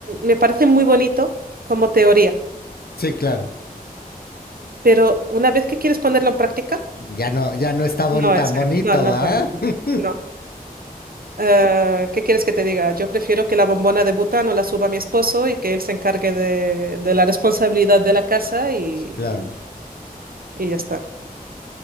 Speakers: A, on the right; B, on the left.
A: Me parece muy bonito como teoría.
B: Sí, claro.
A: Pero una vez que quieres ponerlo en práctica,
B: Ya no, ya no está bon-
A: no
B: tan
A: es,
B: bonito,
A: no, no
B: ¿ah?
A: es bonito.
B: <laughs>
A: No. Eh, ¿qué quieres que te diga? Yo prefiero que la bombona de butano la suba mi esposo y que él se encargue de, de la responsabilidad de la casa y,
B: Claro,
A: y- y ya está.